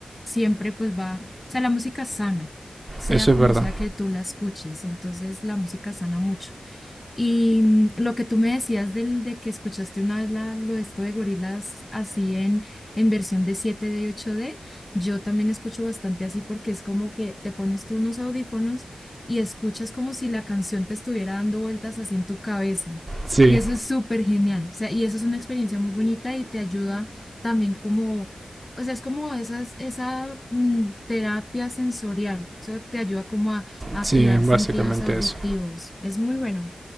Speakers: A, on the left; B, on the right.
A: siempre pues va, o sea, la música sana, sea
B: eso
A: como
B: es verdad.
A: sea que tú la escuches, entonces la música sana mucho. Y mm, lo que tú me decías del, de que escuchaste una vez la, lo de esto de gorilas así en, en versión de siete d y ocho d yo también escucho bastante así porque es como que te pones tú unos audífonos y escuchas como si la canción te estuviera dando vueltas así en tu cabeza.
B: Sí,
A: Y eso es súper genial. O sea, y eso es una experiencia muy bonita y te ayuda también como, o sea, es como esas, esa mm, terapia sensorial. Eso te ayuda como a, a
B: sí,
A: activar
B: básicamente
A: sentidos auditivos.
B: eso.
A: Es muy bueno.